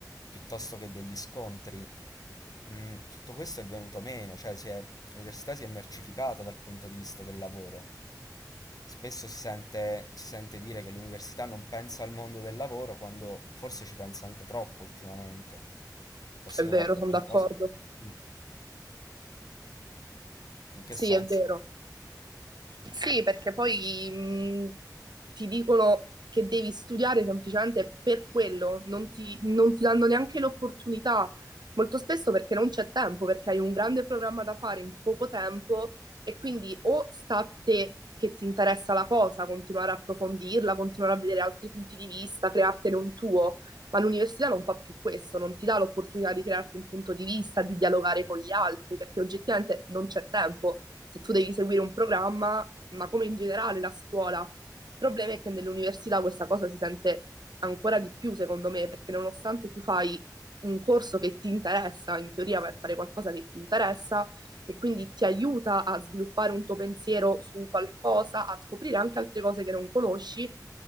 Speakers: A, on the left (about 60°); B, on the right (about 75°).
A: piuttosto che degli scontri, mh, tutto questo è venuto meno, cioè si è- l'università si è mercificata dal punto di vista del lavoro. Spesso si sente, si sente dire che l'università non pensa al mondo del lavoro quando forse ci pensa anche troppo ultimamente. Forse
B: È vero,
A: dovrebbe
B: sono
A: un
B: d'accordo.
A: po'... s- Mm, In che
B: Sì,
A: senso?
B: è vero. Sì, perché poi mh, ti dicono che devi studiare semplicemente per quello, non ti, non ti danno neanche l'opportunità, molto spesso perché non c'è tempo, perché hai un grande programma da fare in poco tempo e quindi o sta a te che ti interessa la cosa, continuare a approfondirla, continuare a vedere altri punti di vista, creartene un tuo, ma l'università non fa più questo, non ti dà l'opportunità di crearti un punto di vista, di dialogare con gli altri, perché oggettivamente non c'è tempo se tu devi seguire un programma, ma come in generale la scuola. Il problema è che nell'università questa cosa si sente ancora di più, secondo me, perché nonostante tu fai un corso che ti interessa, in teoria per fare qualcosa che ti interessa, che quindi ti aiuta a sviluppare un tuo pensiero su un qualcosa, a scoprire anche altre cose che non conosci,